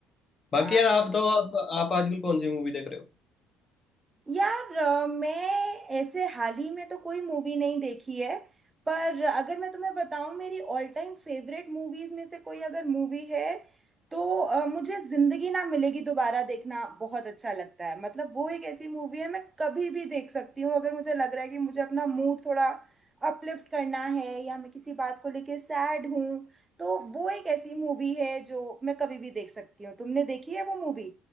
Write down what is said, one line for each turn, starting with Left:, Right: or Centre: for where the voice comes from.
Left: बाकी
Right: हाँ
Left: यार आप बताओ आप आप आजकल कौन सी मूवी देख रहे हो
Right: यार अ, मैं ऐसे हाल ही में तो कोई मूवी नहीं देखी है पर अगर मैं तुम्हें बताऊं मेरी ऑल टाइम फेवरेट मूवीज में से कोई अगर मूवी है तो अ, मुझे जिंदगी ना मिलेगी दोबारा देखना बहुत अच्छा लगता है मतलब वो एक ऐसी मूवी है मैं कभी भी देख सकती हूँ अगर मुझे लग रहा है कि मुझे अपना मूड थोड़ा अपलिफ्ट करना है या मैं किसी बात को लेके सैड हूँ तो वो एक ऐसी मूवी है जो मैं कभी भी देख सकती हूँ तुमने देखी है वो मूवी